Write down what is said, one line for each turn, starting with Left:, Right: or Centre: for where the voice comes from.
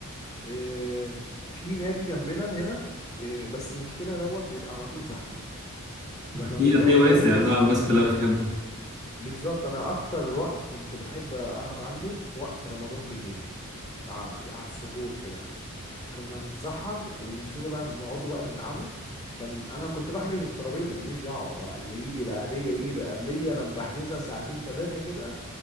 Left: آه، في نادي جنبنا هنا آه، بس المشكلة دوت بيبقى على طول زحمة لما
Right: اكيد
Left: بيبقى
Right: هتلاقيه
Left: فاضي
Right: واسع
Left: مثلا
Right: بقى والناس كلها بتحبه
Left: بالظبط انا اكتر وقت كنت بحب العب عنده وقت رمضان بالليل ع- على السحور كده كنا نتسحر وننزلوا بقى نقعدوا بقى نلعبوا كان انا كنت بحجز الترابيزه ماليش دعوه بقى اللي يجي بعديه يجي بقبليه انا بحجزها ساعتين ثلاثه كده